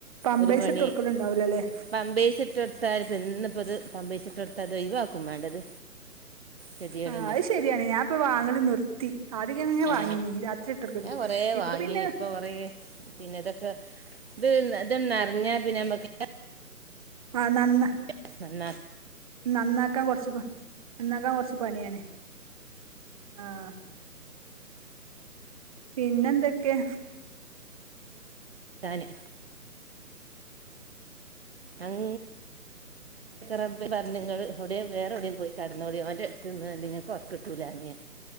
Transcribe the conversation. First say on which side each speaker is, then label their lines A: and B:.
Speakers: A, on the right; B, on the right.
A: പമ്പേഴ്സ്
B: ഒരു മണി
A: ഇട്ട് കൊടുക്കലുണ്ടാവൂലല്ലേ
B: പാമ്പേഴ്സ് ഇട്ട് കൊട് ത്താര് ഇതിന്നിപ്പിത് പാമ്പേഴ്സ് ഇട്ട് കൊടുത്ത അത് ഒഴിവാക്കും വേണ്ടത് ഗതികേട്
A: ആഹ്
B: തന്നെ
A: അത്ശെരിയാണ് ഞാ ഇപ്പം വാങ്ങല് നിർ ത്തി ആദ്യൊക്കെ ഞാൻ
B: ആ
A: വാങ്ങീന് രാത്രി ഇട്ടൊടുക്ക്ന്ന്
B: ഞാൻ കുറേ
A: ഇപ്പം
B: വാങ്ങി
A: പിന്നെ
B: ഇപ്പോൾ കുറേ പിന്നെ ഇതൊക്കെ ഇത് ഇത് നെറഞ്ഞാ പിന്നെ നമ്മക്ക്
A: ആ നന്ന
B: <unintelligible>
A: നന്നാക്കാൻ കൊറച്ച്പണി നന്നാക്കാൻ കൊറച്ച് പണിയാണ് ആഹ് പിന്നെന്തൊക്കെ
B: ഇതാന് അങ് ക റബി വർണങ്ങള് എവിടെയും വേറെ എവിടെയും പോയി കടന്നോളി ഓൻ്റെടുത്ത് നിന്നാട്ട് നിങ്ങക്ക് ഒറക്കിട്ടൂല്ല എന്ന് പറഞ്ഞ്